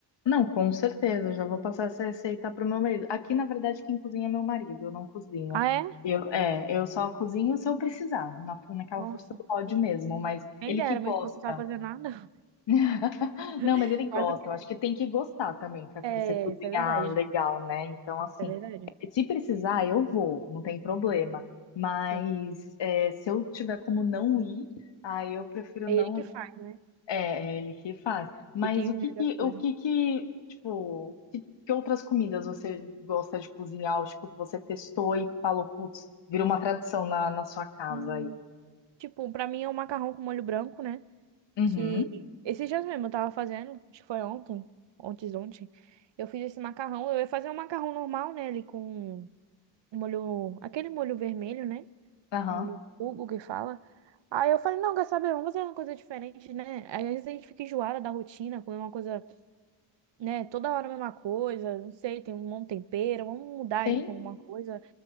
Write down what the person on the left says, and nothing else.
Não, com certeza, eu já vou passar essa receita pro meu marido. Aqui, na verdade, quem cozinha é meu marido, eu não cozinho.
Eu, é, eu só cozinho se eu precisar, na, naquela
força do ódio mesmo, mas
ele
que
gosta.
<laughs> Não,
mas ele
gosta,
eu acho que tem que gostar também para
você cozinhar
legal, né? Então, assim,
se precisar, eu vou, não tem problema. Mas
é, se eu tiver como não ir, aí eu prefiro
não
ir.
É, é ele que faz. Mas
o
que que,
o que que, tipo, que, que outras comidas você gosta de cozinhar? Ou, tipo, que você testou e falou, putz, virou uma tradição na, na sua casa
aí.
Uhum,
aham,
sim.